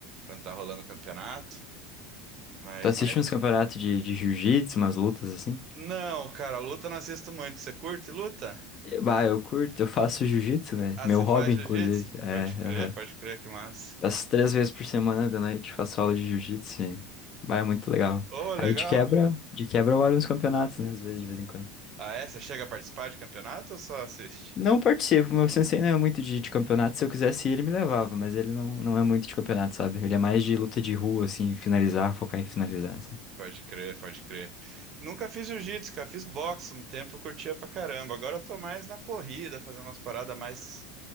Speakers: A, on the right; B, on the left.
A: quando tá rolando o campeonato, mas
B: Tu assiste
A: mas
B: uns campeonatos de, de jiu-jitsu, umas lutas, assim?
A: não, cara, luta eu não assisto muito. Você curte luta?
B: Eh, Bah, eu curto, eu faço jiu-jitsu, né?
A: Ah,
B: Meu
A: você
B: hobby,
A: faz
B: inclusive.
A: jiu-jitsu?
B: É,
A: Pode crer,
B: aham.
A: pode crer que massa.
B: Faço três vezes por semana da noite, faço aula de jiu-jitsu. e, Bah, é muito legal.
A: Ô,
B: Aí
A: legal.
B: de quebra, de quebra eu olho uns campeonatos, né? Às vezes, de vez em quando.
A: Ah, é? Você chega a participar de campeonato ou só assiste?
B: Não participo, meu sensei não é muito de, de campeonato. Se eu quisesse ir, ele me levava, mas ele não, não é muito de campeonato, sabe? Ele é mais de luta de rua, assim, finalizar, focar em finalizar, sabe?
A: Pode crer, pode crer. Nunca fiz jiu-jitsu, cara. Fiz boxe um tempo, eu curtia pra caramba. Agora eu tô mais na corrida, fazendo umas paradas mais,